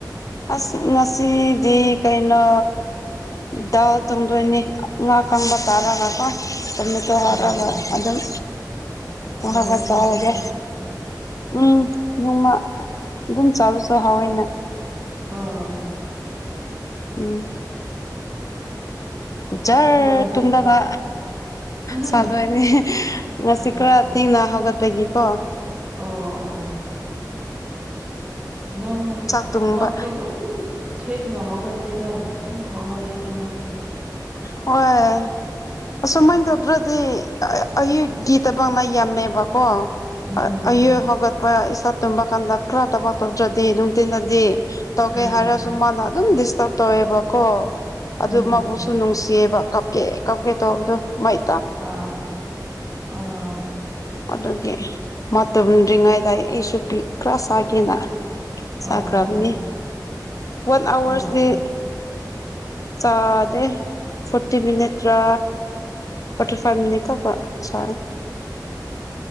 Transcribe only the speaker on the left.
ꯑꯁ ꯉꯁꯤꯗꯤ ꯀꯩꯅꯣ ꯗꯥꯎ ꯇꯣꯡꯗꯣꯏꯅꯤ ꯉꯥ ꯀꯪꯕ ꯇꯥꯔꯒꯀꯣ ꯇꯣꯃꯦꯇꯣ ꯍꯥꯔꯒ
ꯑꯗꯨꯝ ꯊ
ꯈꯔ ꯆꯥ
ꯍꯥꯏꯒꯦ ꯎꯝ ꯅꯣꯡꯃ ꯑꯗꯨꯝ ꯆꯥꯕꯁꯨꯍꯥꯎꯋꯦꯅ
ꯎꯝ ꯖꯔ
ꯇꯨꯡꯂꯒ
ꯁꯥꯗꯣꯏꯅꯦ ꯉꯁꯤ
ꯈꯔ ꯇꯦꯡꯅ ꯍꯒꯠꯄꯒꯤꯀꯣ
ꯆꯥꯛ ꯇꯨꯡꯕ
ꯍꯣꯏ ꯑꯁꯨꯃꯥꯏꯅ ꯇꯧꯗ꯭ꯔꯗꯤ ꯑꯌꯨꯛꯀꯤ ꯊꯕꯛꯅ ꯌꯥꯝꯃꯦꯕꯀꯣ
ꯑꯌꯨ ꯍꯧꯒꯠꯄ ꯏꯁꯥ ꯇꯨꯝꯕ ꯀꯥꯟꯗ ꯈ ꯇꯕ ꯇꯧ꯭ꯔꯗꯤ ꯇꯟꯅꯗꯤ ꯇꯧꯒꯦ
ꯍꯥꯏꯔꯁꯨ ꯃꯥꯅ ꯑꯗꯨꯝ ꯗꯤꯁꯇꯔꯕ ꯇꯧꯋꯦꯕꯀꯣ ꯑꯗꯨ
ꯃꯥꯕꯨ ꯅꯨꯡꯁꯤꯌꯦꯕ ꯀꯞꯀꯦ ꯀꯞꯀꯦ ꯇꯧꯕꯗꯣ ꯃꯩ
ꯑꯗꯨꯒꯤ ꯃꯥ ꯇꯨꯝꯗ꯭ꯔꯤꯉꯩꯗ ꯑꯩꯁꯨ ꯐꯤ ꯈꯔꯥ ꯁꯥꯥꯒꯦꯅ ꯆꯈ꯭ꯔꯕꯅꯤ
ꯋꯥꯟ ꯑꯋꯥꯔꯁꯗꯤ
ꯆꯥꯗꯦ ꯐꯣꯔꯇꯤ ꯃꯤꯅꯤꯠꯇ꯭ꯔꯥ ꯄꯇꯔ ꯐꯥꯔꯅꯤ ꯀꯣ ꯁ